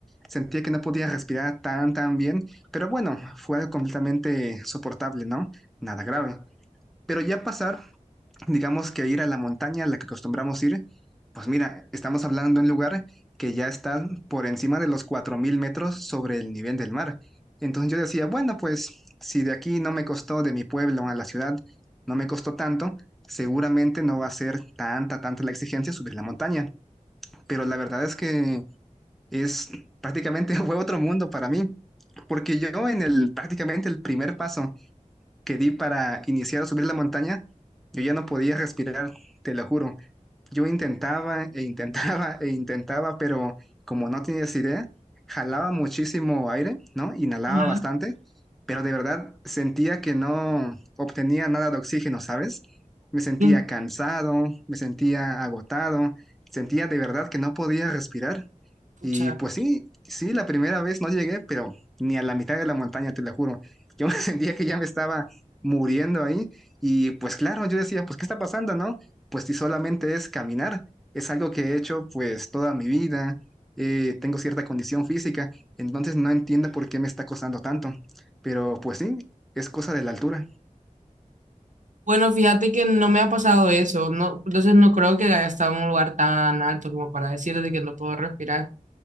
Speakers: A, in the centre; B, on the right (about 70°).
A: sentía que no podía respirar tan, tan bien, pero bueno, fue algo completamente soportable, ¿no? Nada grave. Pero ya pasar digamos que ir a la montaña a la que acostumbramos ir, pues mira, estamos hablando de un lugar que ya está por encima de los 4.000 metros sobre el nivel del mar. Entonces yo decía, bueno, pues si de aquí no me costó de mi pueblo a la ciudad, no me costó tanto, seguramente no va a ser tanta, tanta la exigencia subir la montaña. Pero la verdad es que es prácticamente <laughs> fue otro mundo para mí, porque yo en el prácticamente el primer paso que di para iniciar a subir la montaña, yo ya no podía respirar, te lo juro. Yo intentaba e intentaba <laughs> e intentaba, pero como no tenías idea, jalaba muchísimo aire, ¿no? Inhalaba
B: Ajá.
A: bastante, pero de verdad sentía que no obtenía nada de oxígeno, ¿sabes? Me sentía
B: Mm,
A: cansado, me sentía agotado, sentía de verdad que no podía respirar.
B: Pucha.
A: Y pues sí, sí, la primera vez no llegué, pero ni a la mitad de la montaña, te lo juro. Yo <laughs> me sentía que ya me estaba muriendo ahí. Y pues claro, yo decía, pues ¿qué está pasando, no? Pues si solamente es caminar, es algo que he hecho pues toda mi vida, eh, tengo cierta condición física, entonces no entiendo por qué me está costando tanto. Pero pues sí, es cosa de la altura.
B: Bueno, fíjate que no me ha pasado eso, no, entonces no creo que haya estado en un lugar tan alto como para decir de que no puedo respirar,